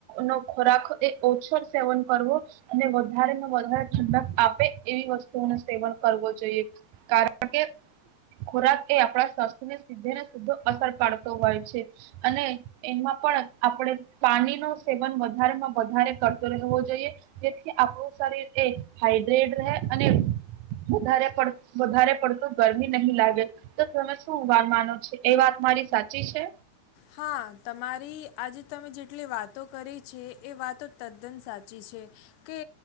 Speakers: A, on the right; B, on the left.
A: નો ખોરાક એ ઓછો સેવન કરવો અને વધારેમાં વધારે ઠંડક આપે એવી વસ્તુ સેવન કરવું જોઈએ કારણ કે ખોરાક એ આપણા શસ્ને સીધે ને સીધો અસર પાડતો હોય છે અને એમાં પણ આપણે પાણી નુ સેવન વધારેમાં વધારે કરતો રહેવો જોઈએ જેથી આપણું શરીર એ હાઈડ્રેટ રહે અને વધ વધારે પડતું ગરમી નહીં લાગે તો તમે શું વાન માનો છે એ વાત મારી સાચી છે?
B: હા તમારી આજે તમે જેટલી વાતો કરી છે એ વાતો તદ્દન સાચી છે કે